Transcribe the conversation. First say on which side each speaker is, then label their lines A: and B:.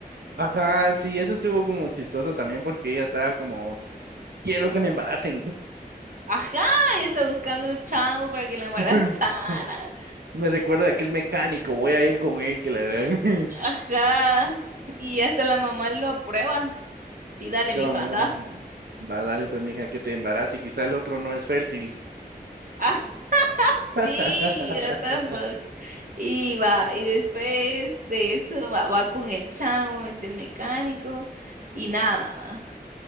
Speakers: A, on the right; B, on the right.
A: Ajá, sí, eso estuvo como chistoso también porque ella estaba como, quiero que me embaracen.
B: Ajá, y está buscando un chavo para que la embarazara.
A: <laughs> Me recuerdo de aquel mecánico, voy a ir con él, que la verdad. <laughs>
B: Ajá. Y hasta la mamá lo aprueba. Sí, dale,
A: La
B: mija,
A: mamá,
B: anda.
A: eh,
B: <laughs>
A: va, dale pues, mija, que te embarace, quizá el otro no es fértil.
B: Ah, sí,
A: <laughs>
B: what the fuck. Y va, y después de eso va, va con el chavo, este el mecánico, y nada, va.